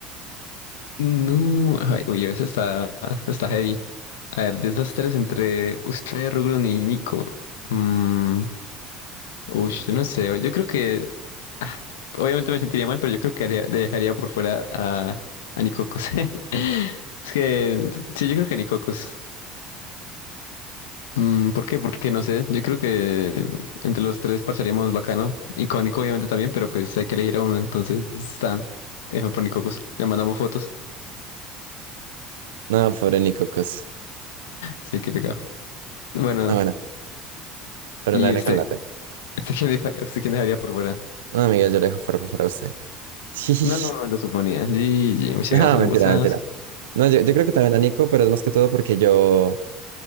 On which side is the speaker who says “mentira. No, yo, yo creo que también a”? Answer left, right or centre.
Right